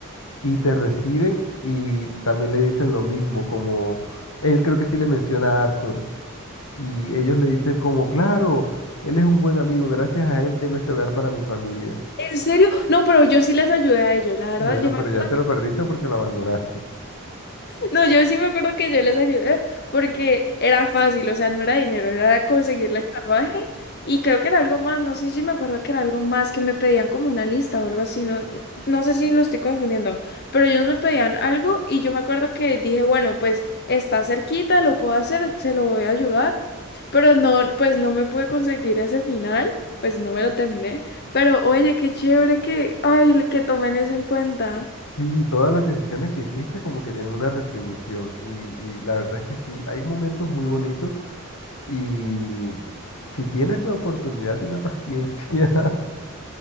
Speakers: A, on the left (about 80°); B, on the left (about 50°).
A: y te reciben y también le dicen lo mismo, como él creo que sí le menciona a Arthur y ellos le dicen como, claro, él es un buen amigo, gracias a él tengo este hogar para mi familia.
B: ¿En serio? No, pero yo sí les ayudé a ellos, la verdad,
A: Bueno,
B: yo me
A: pero
B: acuerdo.
A: ya te lo perdiste porque lo abandonaste.
B: No, yo sí me acuerdo que yo les ayudé porque era fácil, o sea, no era dinero, era conseguirle el carruaje y creo que era algo más, no sé si me acuerdo que era algo más que me pedían como una lista o algo así, no, no sé si lo estoy confundiendo, pero ellos me pedían algo y yo me acuerdo que dije, bueno, pues está cerquita, lo puedo hacer, se lo voy a ayudar, pero no, pues no me pude conseguir ese final, pues no me lo terminé, pero oye, qué chévere que, ay, que tomen eso en cuenta.
A: Sí, todas las decisiones que hiciste como que tienen una retribución y, y la verdad es que sí, hay momentos muy bonitos y si tienes la oportunidad y la paciencia,